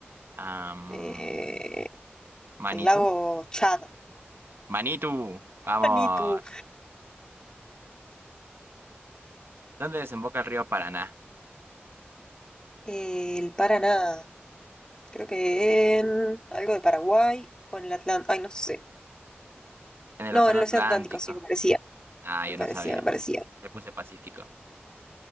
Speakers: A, on the right; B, on the left.
A: Am,
B: Eh,
A: Manitu.
B: el lago Chad.
A: Manitu, vamos.
B: <laughs> Ni tú.
A: ¿Dónde desemboca el río Paraná?
B: Eh, el Paraná. Creo que en algo de Paraguay o en el Atlántico. Ay, no sé.
A: En el
B: No,
A: Océano
B: en el
A: Atlántico.
B: Océano Atlántico, sí, me parecía.
A: Ah,
B: Me
A: yo
B: parecía,
A: no sabía.
B: me parecía.
A: Le puse Pacífico.